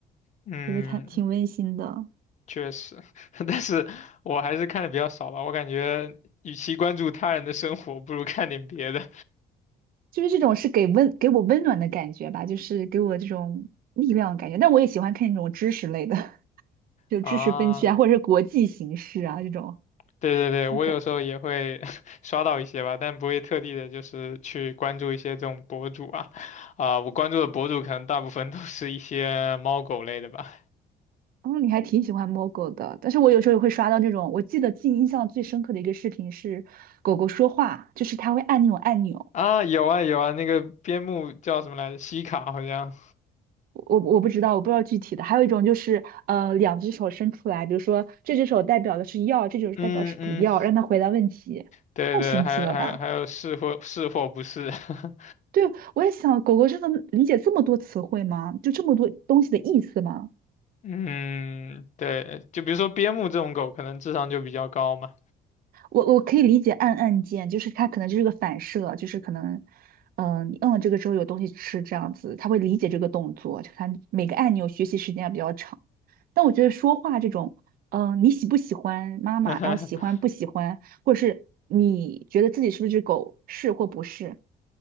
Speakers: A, on the left (about 45°); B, on the right (about 60°).
A: 嗯，
B: 我觉得看挺温馨的，
A: 确实，<laughs> 但是我还是看的比较少吧。我感觉与其关注他人的生活，不如看点别的
B: 就是这种是给温给我温暖的感觉吧，就是给我这种力量的感觉。但我也喜欢看那种知识类的，<laughs> 就知识分区啊，
A: <laughs> 啊。
B: 或者是国际形势啊这种。
A: 对对对，
B: 就是感。
A: 我有时候也会 <laughs> 刷到一些吧，但不会特地的，就是去关注一些这种博主啊，啊、我关注的博主可能大部分都是一些猫狗类的吧。
B: 哦，你还挺喜欢摸狗的，但是我有时候也会刷到那种，我记得记忆印象最深刻的一个视频是狗狗说话，就是它会按那种按钮，
A: 啊，有啊有啊，那个边牧叫什么来着？西卡好像，
B: 我我不知道，我不知道具体的。还有一种就是呃，两只手伸出来，比如说这只手代表的是要，这只手代表是不要，
A: 嗯嗯，
B: 让它回答问题，
A: 对对，
B: 太神奇了吧？
A: 还有还有还有是或是或不是，<laughs>
B: 对，我也想，狗狗真的理解这么多词汇吗？就这么多东西的意思吗？
A: 嗯，对，就比如说边牧这种狗，可能智商就比较高嘛。
B: 我我可以理解按按键，就是它可能就是个反射，就是可能，嗯、你摁了这个之后有东西吃这样子，他会理解这个动作，就看每个按钮学习时间也比较长。但我觉得说话这种，嗯、你喜不喜欢妈妈，
A: <laughs>
B: 然后喜欢不喜欢，或者是你觉得自己是不是只狗，是或不是，